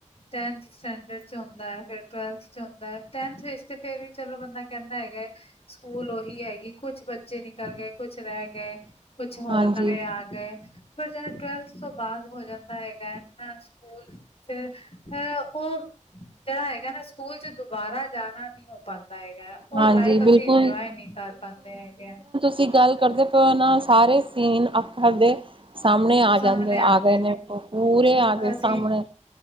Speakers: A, on the left; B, on the right.
A: ਟੈਂਥ ਸਟੈਂਡਰਡ ਚ ਹੁੰਦਾ ਹੈ ਫਿਰ ਟਵੈਲਥ ਚ ਹੁੰਦਾ ਹੈ, ਟੈਨਥ ਵਿੱਚ ਫੇਰ ਵੀ ਚਲੋ ਬੰਦਾ ਕਹਿੰਦਾ ਹੈਗਾ ਹੈ ਸਕੂਲ ਉਹੀ ਹੈਗੀ, ਕੁਛ ਬੱਚੇ ਨਿਕਲ ਗਏ, ਕੁਛ ਰਹਿ ਗਏ, ਕੁਛ ਹੋਰ
B: ਹਾਂਜੀ
A: ਨਵੇਂ ਆ ਪਰ ਜਿਹੜਾ ਟਵਲਥ ਤੋਂ ਬਾਅਦ ਹੋ ਜਾਂਦਾ ਹੈਗਾ ਸਕੂਲ ਫਿਰ ਉਹ ਜਿਹੜਾ ਹੈਗਾ ਨਾ ਸਕੂਲ ਚ ਦੁਬਾਰਾ ਜਾਣਾ ਨ ਹੋ ਪਾਉਂਦਾ ਹੈਗਾ ਉਹ
B: ਹਾਂਜੀ
A: ਲਾਈਫ ਅਸੀਂ
B: ਬਿਲਕੁਲ
A: ਇੰਜੋਏ ਨਹੀਂ ਕਰ ਪਾਦੇ ਹੈਗੇ ਆ
B: ਅਸੀਂ ਗੱਲ ਕਰਦੇ ਪਏ ਔ ਨਾ, ਸਾਰੇ ਸੇਮ ਅੱਖਰ ਦੇ ਸਾਹਮਣੇ ਆ
A: ਸਾਹਮਣੇ
B: ਜਾਂਦੇ
A: ਆਉਂਦੇ
B: ਆ ਗਏ ਨੇ, ਔ ਪੂਰੇ
A: ਤੇ
B: ਆ ਗਏ
A: ਅਸੀਂ
B: ਸਾਹਮਣੇ